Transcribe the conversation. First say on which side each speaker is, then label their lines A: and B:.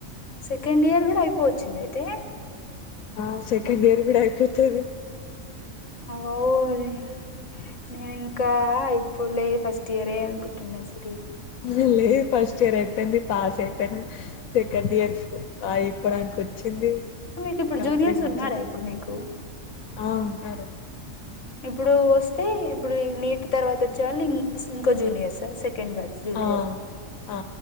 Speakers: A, on the left (about 60°); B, on the left (about 80°).
A: సెకండ్ ఇయర్ కూడా అయిపోవచ్చింద అయితే
B: ఆ సెకండ్ ఇయర్ కూడా అయిపోతది
A: అఓలే నేను ఇంకా అయిపోలే ఫస్ట్ ఇయర్ అనుకుంటున్నాసి
B: ఆహా లేదు ఫస్ స్ట్ ఇయర్ అయిపోయింది పాస్ అయిపోను సెకండ్ ఇయర్ అయిపోడానికి వచ్చింది
A: మీకు ఇప్పుడు
B: ఇంకా
A: జూనియర్స్
B: త్రీ మంత్స్
A: ఉన్నారా
B: అట్లా
A: ఇప్పుడు మీకు
B: ఆ ఉన్నారు
A: ఇప్పుడు వస్తే ఇప్పుడు ఈ నీట్ తర్వాత వచ్చే వాళ్ళు ఇ ఇంకో జూనియర్స్ స సెంకెడ్ బ్యాచ్ జూని
B: ఆ ఆ